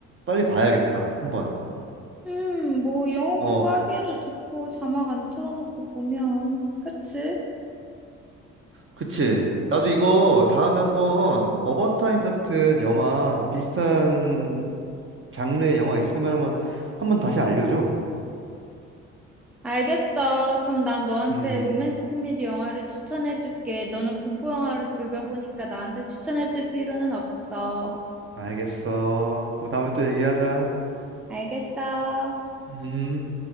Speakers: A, on the right; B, in the centre.
A: 빨리 봐야겠다. 한번.
B: 음, 뭐 영어
A: 어,
B: 공부하기에도 좋고 자막 안 틀어놓고 보면. 그치?
A: 그치. 나도 이거 다음에 한번 어바웃 타임 같은 영화 비슷한 장르의 영화 있으면 한번 한번 다시 알려줘.
B: 알겠어. 그럼 난 너한테
A: 음.
B: 로맨스 코미디 영화를 추천해줄게. 너는 공포 영화를 즐겨보니까 나한테 추천해줄 필요는 없어.
A: 알겠어. 그럼 다음에 또 얘기하자.
B: 알겠어.
A: 음.